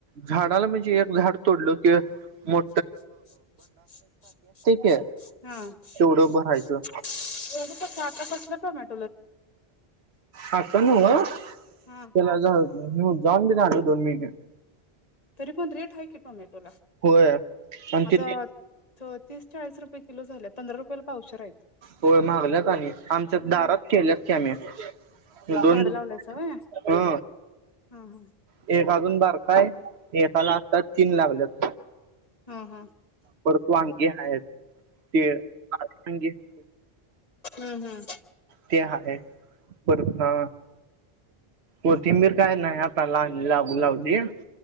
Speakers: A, on the right; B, on the left.
A: झाडाला म्हणजे एक झाड तोडलं कि मो
B: हा एवढच कसं
A: की
B: आता कसं
A: तेवढं भरायचं
B: -- <unintelligible>
A: आता नव्ह त्याला
B: हा
A: झा -- मग जाऊन बी जाहीलं दोन महिने
B: तरी पण रेट हाय की टोमॅ बोला
A: होय आणि
B: आता
A: तिने
B: त तीस चाळीस रुपये किलो झाले पंधरा रुपयाला पावशेर आहेत.
A: होय महागलेत आणि आमच्या दारात
B: हम्म
A: केल्यात की <unintelligible> आम्ही दोन
B: झाड लावलायच होय
A: ह
B: हम्म
A: एक. भााजून बार काय? एकाला असतात तीन लागल्यात.
B: हा हा.
A: परत वांगी आहेत ते <unintelligible>
B: हम्म हम्म.
A: ते हाय परत अ. कोथिंबीर काय नाही. प्लांट- <unintelligible> लागून लावलीय.